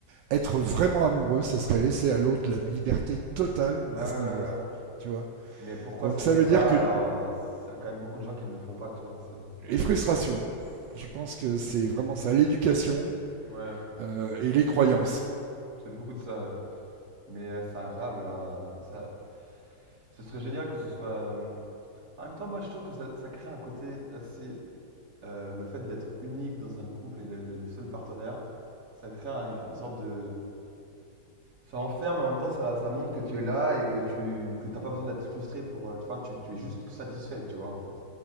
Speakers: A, on the right (about 80°); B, on the right (about 50°).
A: être vraiment amoureux, ce serait laisser à l'autre la liberté totale
B: Ouais, ouais,
A: à
B: ouais.
A: ce niveau-là.
B: ouais.
A: Tu vois
B: Mais pourquoi
A: Donc
B: ça
A: ça
B: ne l'est
A: veut
B: pas
A: dire que
B: alors? euh, ça a quand même beaucoup de gens qui ne le font pas, tu vois. C'est...
A: les frustrations, je
B: Mm.
A: pense que c'est vraiment ça, l'éducation
B: Ouais,
A: euh, et les croyances.
B: c'est beaucoup de ça. ouais. Mais euh, c'est incroyable, hein, euh, Ça... Ce serait génial que ce soit. euh, En même temps, moi, je trouve que ça, ça crée un côté assez euh, le fait d'être unique dans un couple et le, le- le seul partenaire, ça crée un- une sorte de... Ça enferme, mais en même temps, ça, ça montre que tu es là et que tu que t'as pas besoin d'être frustré pour... euh, Tu vois, tu, tu es juste satisfait, tu vois, en fait.